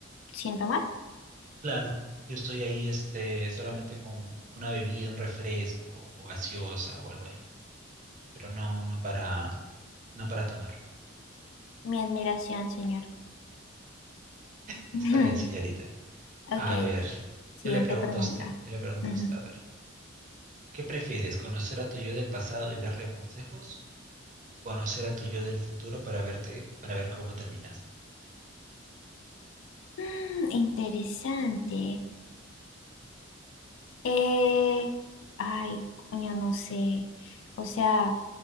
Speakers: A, on the left; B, on the right.
A: sin tomar.
B: Claro, yo estoy ahí este, solamente con una bebida, un refresco o gaseosa o algo ahí, pero no, no para, no para tomar.
A: Mi admiración, señor.
B: Está
A: <laughs> Ujú.
B: bien, señorita.
A: Ok,
B: A ver,
A: siguiente
B: yo le pregunto
A: pregunta.
B: a usted, yo le pregunto
A: Ujú.
B: a usted, a ver, ¿qué prefieres, conocer a tu yo del pasado y darle consejos? conocer a tu yo del futuro para verte, para ver cómo terminaste.
A: Mm, interesante. Eh, ay, coño, no sé. O sea,